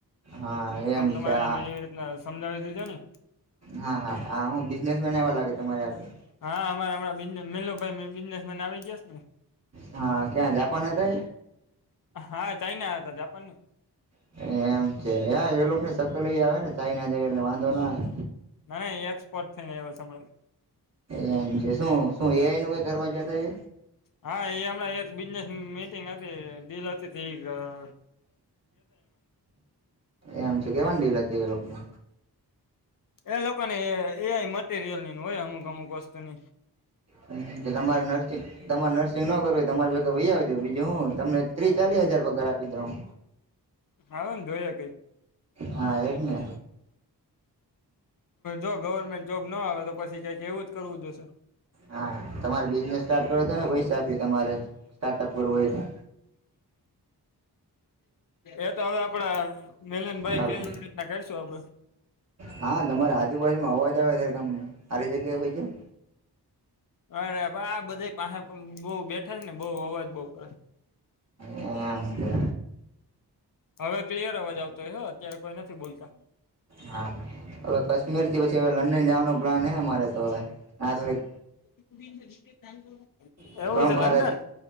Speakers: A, on the right; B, on the left.
A: હા
B: તમ
A: એમ
B: તમારે
A: છે હા
B: એને એવી રીતના સમજાવી દેજો ને.
A: હા, હા, આ હું બિઝનેસમેન આયવા લાગે તમારે હાટું.
B: હા અમારે હમણાં <unintelligible> બિઝનેસમેન આવી ગયા સ ને.
A: હા ક્યાં જાપાન હતા
B: હા ચાઈના હતા, જાપાન નહીં.
A: એમ છે. ના એ લોક ની શકલ એય આવે ને ચાઈના જેવી એટલે વાંધો નો આવે.
B: ના એ એક્સપર્ટ થઈ ને આયવોસ હમણાં.
A: એમ છે. શું-શું એ આઈ નું કાઈ ગયા તા એ?
B: હા, એ હમણાં એક બિઝનેસ મિટિંગ હતી, ડીલ હતી તો ઈ કરવા
A: એમ છે. કેવાની ડીલ હતી એ લોક ને?
B: એ લોકો ને એ આઈ મટીરિયલ નીન હોય અમુક-અમુક વસ્તુની.
A: હમ્મ, તો તમારે <unintelligible> તમારે નર્સિંગ ન કરવું હોય તો અમાર ભેગા વઈ આવજો બીજું હું, તમને ત્રી ચાલી હજાર પગાર આપી દેહું.
B: હાલોન જોઈએ કંઈક.
A: હા એજ ને
B: જો ગવર્મેન્ટ જોબ નો આવે તો પસી કંઈક એવું જ કરવું જોશે.
A: હા. તમારે બિઝનેસ સ્ટાર્ટ કરવો હોય તોય અમે પૈસા આપીએ તમારે, સ્ટાર્ટઅપ કરવું હોય તો.
B: એ તો હવે આપડા મિલનભાઈ
A: હાલો
B: <inaudible> રીતના કરશું આપણે.
A: હા તમારે આજુબાજુમાં અવાજ આવે જીરીક આમ હારી જગ્યાએ વઈ જાવ.
B: અરે બા આ બધા પાહે પણ બહુ બેઠા હે ને બહુ અવાજ બઉ કરે.
A: એમ સે.
B: હવે ક્લિયર અવાજ આવતો હશે હો, અત્યારે કોઈ નથી બોલતા.
A: હા. હવે કશ્મીર થી પછી હવે લંડન જવાનો પ્લાન હે અમારે તો હવે, ન્યાં થોડીક
B: <inaudible>
A: <unintelligible>
B: છે
A: ભારત,
B: લંડન